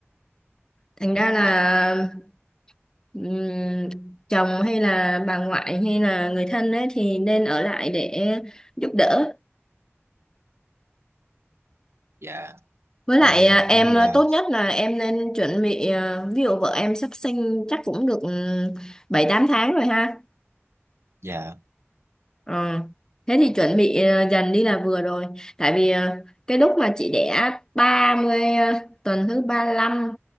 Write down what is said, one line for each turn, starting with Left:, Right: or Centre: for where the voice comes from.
Left: thành ra
Right: ừ,
Left: là
Right: dạ
Left: Ừm, chồng hay là bà ngoại hay là người thân ấy thì nên ở lại để giúp đỡ.
Right: dạ
Left: Với lại
Right: đây ờ,
Left: à, em
Right: cũng như là
Left: à, tốt nhất là em nên chuẩn bị à, ví dụ vợ em sắp sinh chắc cũng được ừm, bảy tám tháng rồi ha.
Right: dạ
Left: Ờ, Thế thì chuẩn bị à, dần đi là vừa rồi. Tại vì à, cái lúc mà chị đẻ 30 à, tuần thứ 35